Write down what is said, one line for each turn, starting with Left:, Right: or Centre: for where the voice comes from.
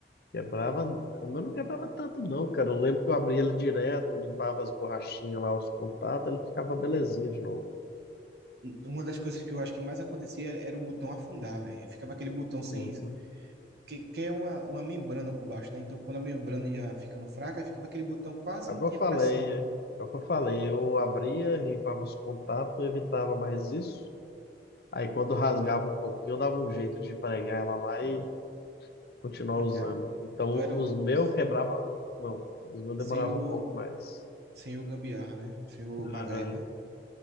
Left: Quebrava, não. o meu não quebrava tanto, não, cara. Eu lembro que eu abria ele direto, limpava as borrachinhas lá, os contatos, ele ficava belezinha de novo.
Right: Uma das coisas que eu acho que mais acontecia era o botão afundar, velho. Ficava aquele botão
Left: Uhum.
Right: sem. Que, que é uma, uma membrana por baixo, né? Então, quando a membrana ia ficando fraca, ficava aquele botão quase
Left: É o
Right: não
Left: que
Right: tinha
Left: eu falei,
Right: pressão.
Left: é o que eu falei. Eu abria, limpava os contatos, eu evitava mais isso. Aí quando rasgava um pouquinho, eu dava um jeito de pregar ela lá e continuar usando.
Right: Cara,
Left: Então
Right: tu era
Left: os
Right: o
Left: meus
Right: se-
Left: quebravam, muito, não, os meus demoravam
Right: senhor,
Left: um pouco mais.
Right: senhor Gambiarra, né? Senhor
Left: Aham.
Right: MacGyver.